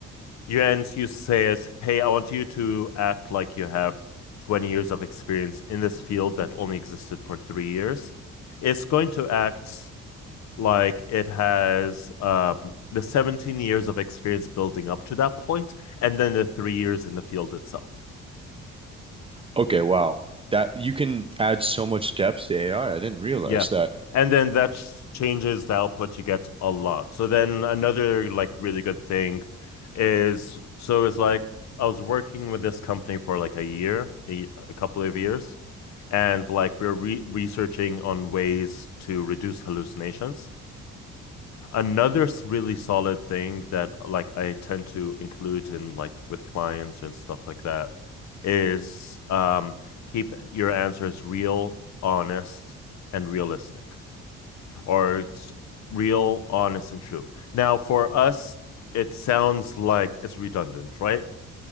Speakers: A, on the left (about 65°); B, on the right (about 20°).
A: You and you say is, hey, I want you to act like you have 20 years of experience in this field that only existed for three years. It's going to act like it has um, the 17 years of experience building up to that point, and then the three years in the field itself.
B: Okay, wow. That you can add so much depth to AI. I I didn't realize
A: Yeah.
B: that.
A: And then that ch- changes the output you get a lot. So then another like really good thing is so it's like I was working with this company for like a year, a, a couple of years and like we're re researching on ways to reduce hallucinations. Another s- really solid thing that like I tend to include in like with clients and stuff like that is um keep your answers real, honest, and realistic, or it's real, honest, and true. Now, for us, it sounds like it's redundant, right?